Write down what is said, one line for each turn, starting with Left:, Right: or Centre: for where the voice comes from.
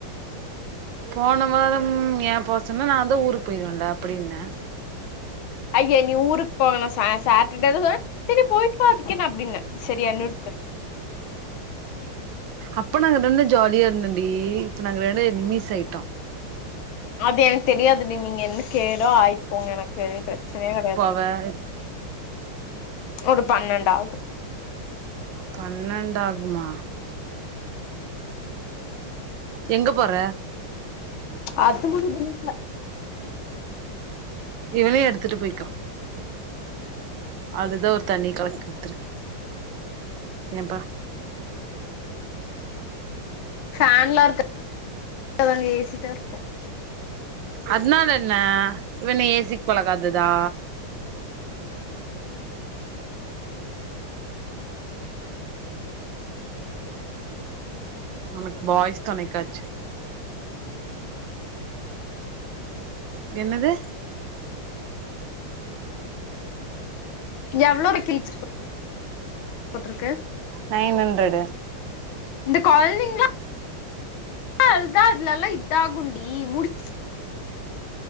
Right: போன வாரம் ஏன் போசோன்னா நான்தா ஊருக்கு போயிருவன்ல அப்டின்னே
Left: ஐய்ய நீ ஊருக் போணுனா ச சாட்டர்டே சொன்ன சரி போயிட்டுவா அதுகேன்ன அப்டின்ன சரியா நிறுத்து
Right: அப்ப நாங்க ரெண்டு பேருமே ஜாலியா இருந்தன்டி இப்ப நாங்க ரெண்டு நிமிஸ் ஆயிட்டோம்
Left: அது எனக் தெரியாது டி நீங்க என்ன கேடோ ஆய் போங்க எனக்கு எதும் ப்ரச்சனையே கெடையாது
Right: பாய்
Left: ஒரு பன்னெண்ட் ஆவ்து
Right: பன்னெண்டு ஆகுமா எங்க போற
Left: அது முடிவ் பண்ணிக்லா
Right: இதுலயே எடுத்துட்டு போய்க்கோ அதுதா ஒரு தண்ணி கலக்குத்துரு ஏன்ப்பா
Left: பேன்லாம் இருக்கா ஏ சி தா இருக்கும்
Right: அத்னால என்ன இவ என்ன ஏ சிக்கு பழகாதுதா உனக்கு பாய்ஸ் தொணைக்காச்சு என்னது
Left: எவ்ளோ ரு கீழிச்சு போட்ருக்கு
Right: நைன் ஹண்ட்ரட்
Left: இந்த கொழந்திங்ளா ஆ அதா அதுலல்லா இதா குண்டி மூடிக்